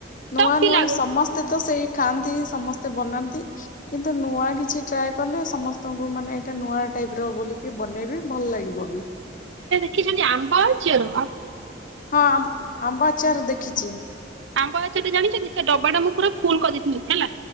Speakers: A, on the left; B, on the right.
A: ନୂଆ
B: ଟପ୍ ବି
A: ନୂଆ
B: ଲାଗୁଛି
A: ସମସ୍ତେ ତ ସେଇ ଖାଆନ୍ତି ସମସ୍ତେ ବନାନ୍ତି କିନ୍ତୁ ନୂଆ କିଛି ଟ୍ରାଏ କଲେ ସମସ୍ତଙ୍କୁ ମାନେ ଏଇଟା ନୂଆ ଟାଇପ ର ବୋଲିକି ବନେଇବେ, ଭଲ ଲାଗିବ ବି
B: ଶିଖିଛନ୍ତି ଆମ୍ବ ଆଚାର
A: ହଁ ଆମ୍ବ ଆଚାର ଦେଖିଛି
B: ଆମ୍ବ ଆଚାର ଟି ଜାଣିଛନ୍ତି ସେ ଡବାଟା ମୁଁ ପୁରା ଫୁଲ କରିଥିଲି ହେଲା।